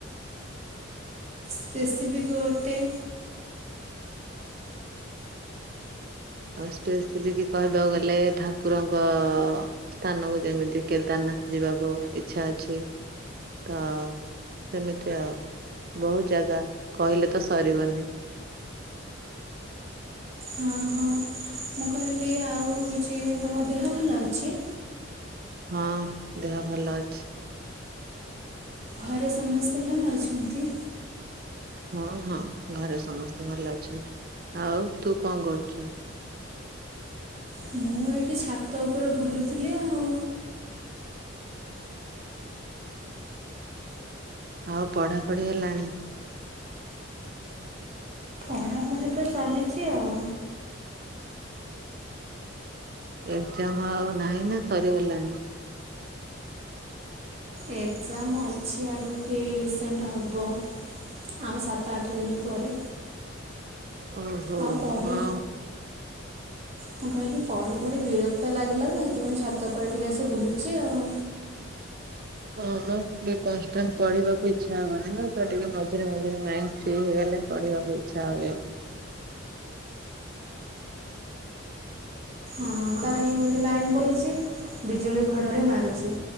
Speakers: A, on the right; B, on the right.
A: ସ୍ପେସିଫିକ୍ ଗୋଟେ
B: ଆଉ ସ୍ପେସିଫିକ କହିବାକୁ ଗଲେ ଠାକୁରଙ୍କ ସ୍ଥାନକୁ ଯେମିତି କେଦାରନାଥ ଯିବାକୁ ଇଚ୍ଛା ଅଛି। ତ ସେମିତି ଆଉ ବହୁତ ଜାଗା କହିଲେ ତ ସରିବନି।
A: ହଁ ହଁ ମୁଁ କହିଲି ଆଉ କହୁଛି ତମ ଦେହ ଭଲ ଅଛି।
B: ହଁ ଦେହ ଭଲ ଅଛି।
A: ଘରେ ସମସ୍ତେ ଭଲ ଅଛନ୍ତି?
B: ହଁ ହଁ ଘରେ ସମସ୍ତେ ଭଲ ଅଛନ୍ତି। ଆଉ ତୁ କଣ କରୁଛୁ?
A: ହଁ <inaudible> ମୁଁ ଏଇଠି ଛାତ ଉପରେ ବୁଲୁଥିଲି ଆଉ।
B: ଆଉ ପଢାପଢି ହେଲାଣି?
A: ପଢ଼ାପଢ଼ି ତ ଚାଲିଛି ଆଉ।
B: ଏକ୍ସାମ୍ ଆଉ ନାହିଁ ନା ସରିଗଲାଣି।
A: ଏକ୍ସମ୍ ଅଛି ଆଗକୁ ଏଇ ରିସେଣ୍ଟ ହବ ଆଉ ସାତ ଆଠ ଦିନ ପରେ
B: ଓହୋ
A: ଆଉ ପଢ଼ି
B: ହଁ।
A: ମୁଁ କହିଲି ପଢ଼ି ପଢ଼ି ବିରକ୍ତ ଲାଗିଲା ତ, ସେଥିପାଇଁ ଛାତ ଉପରେ ଟିକେ ଆସି ବୁଲୁଛି ଆଉ।
B: ହଁମ ଟିକେ କନ୍ସ୍ତାଣ୍ଟ ପଢିବାକୁ ଇଚ୍ଛା ହବନି ନା, ତ ଟିକେ ମଝିରେ ମଝିରେ ମାଇଣ୍ଡ ଫ୍ରି ହେଇଗଲେ ପଢିବାକୁ ଇଚ୍ଛା ହୁଏ।
A: ହଁ <unintelligible> ଲାଇନ ପଲେଇଚି ବିଜୁଳି ଘଡଘଡି ମାରୁଛି।